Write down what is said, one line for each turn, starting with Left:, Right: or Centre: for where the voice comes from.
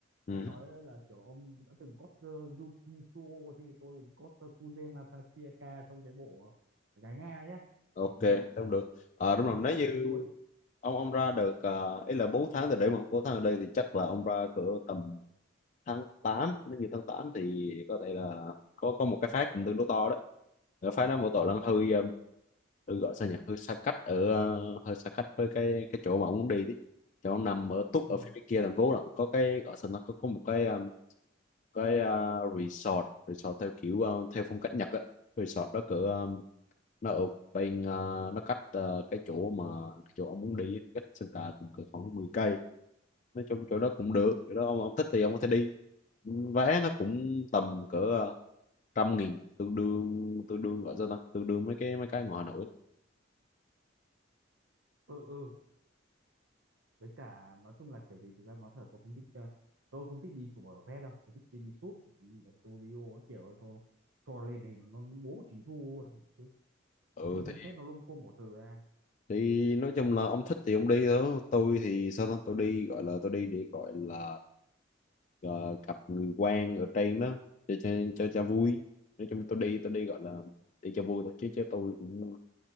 Left: ừ.
Right: nghe nói là kiểu ông đã từng cosplay Yuki Suo thì tôi cosplay Kuze Masachika trong cái bộ gái Nga nhá
Left: ok
Right: mình đi
Left: tao được à,
Right: bốc
Left: đúng
Right: đi
Left: rồi nếu
Right: súp
Left: như
Right: luôn
Left: ông ông ra được uh, ý là 4 tháng từ đây mà 4 tháng ở đây thì chắc là ông ra cỡ tầm tháng tám, nếu như tháng 8 thì có thể là có có một cái phát cũng tương đối to đấy cái phát đó một tội là hơi um, hơi gọi sao nhỉ hơi xa cách ở ờ, hơi xa cách với cái cái chỗ mà ông muốn đi đấy chỗ ông nằm ở túc
Right: ừ
Left: ở phía bên kia thành phố là có cái gọi sao nó có có một cái um, cái ờ, resort resort theo kiểu ờ, theo phong cách Nhật á resort đó cỡ nó ở bên ờ, nó cách ờ, cái chỗ mà cái chỗ ông muốn đi á, cách Sơn Trà cũng cỡ khoảng mười cây nói chung chỗ đó cũng được chỗ đó ông, ông thích thì ông có thể đi vé nó cũng tầm cỡ ờ, trăm nghìn tương đương tương đương gọi sao ta tương đương mấy cái mấy cái ngoài Hà Nội á.
Right: ừ ừ với cả nói chung là kiểu gì thực ra nói thật là tôi không thích ờ, tôi không thích đi chụp ở vé đâu tôi thích đi, đi shoot ở studio ấy, kiểu cho cho lên thì nó, nó bố chỉnh chu luôn chứ,
Left: ừ
Right: chứ
Left: thì
Right: phép nó lung côm bỏ sừ ra
Left: thì nói chung là ông thích thì ông đi thôi tôi thì sao ta tôi đi gọi là tôi đi để gọi là ờ, gặp người quen ở trên đó cho cho cho, cho vui nói chung tôi đi tôi đi gọi là đi cho vui thôi chứ chứ tôi cũng